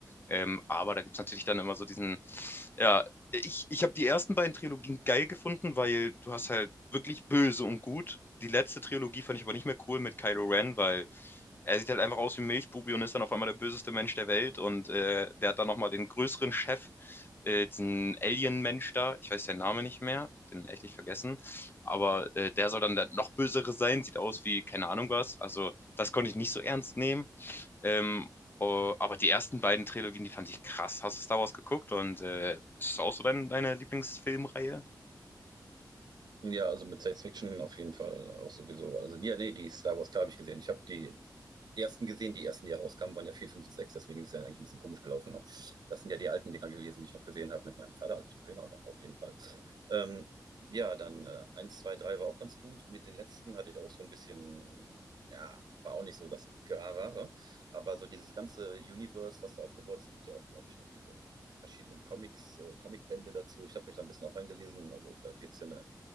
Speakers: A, on the left; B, on the right.
A: Ähm, aber da gibt es natürlich dann immer so diesen, ja, ich, ich habe die ersten beiden Trilogien geil gefunden, weil du hast halt wirklich böse und gut. Die letzte Trilogie fand ich aber nicht mehr cool mit Kylo Ren, weil er sieht halt einfach aus wie ein Milchbubi und ist dann auf einmal der böseste Mensch der Welt. Und äh, der hat dann nochmal den größeren Chef, äh, diesen Alien-Mensch da. Ich weiß seinen Namen nicht mehr, den echt nicht vergessen. Aber äh, der soll dann der noch bösere sein, sieht aus wie keine Ahnung was. Also, das konnte ich nicht so ernst nehmen. Ähm, oh, aber die ersten beiden Trilogien, die fand ich krass. Hast du Star Wars geguckt und äh, ist das auch so dein, deine Lieblingsfilmreihe?
B: Ja, also mit Science Fiction auf jeden Fall auch sowieso. Also, ja, nee, die Star Wars, klar, habe ich gesehen. Ich habe die ersten gesehen, die ersten, die rauskamen, waren ja 4, 5, und 6, deswegen ist es ja eigentlich ein bisschen komisch gelaufen. Ne? Das sind ja die alten Dinger gewesen, die ich noch gesehen habe mit meinem Vater, als ich noch jünger war, auf jeden Fall. Ähm, ja, dann äh, 1, 2, 3 war auch ganz gut. Mit den letzten hatte ich auch so ein bisschen, ja, war auch nicht so das Gravere. Aber so dieses ganze Universe, was da aufgebaut ist, gibt ja auch, glaube ich, noch diese verschiedenen Comics, äh, Comicbände dazu. Ich habe mich da ein bisschen auch reingelesen. Also da geht es ja eine